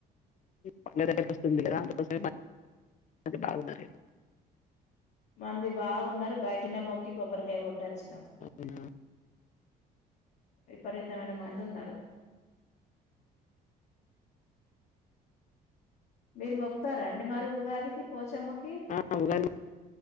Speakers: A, on the left (about 45°); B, on the left (about 75°).
A: పండగ దగ్గకి వస్తుంది కదా అందుకోసమ అ బాగుదరలేదు
B: మంది బాగున్నారు బయటనే మొక్క కొబ్బరికాయ కొట్టొచ్చినాం
A: అవునా
B: విపరీతమైన మంది ఉన్నారు మీరు మొక్తారాండి మరి ఉగాదికి పోచమ్మకి
A: ఆ ఉగాది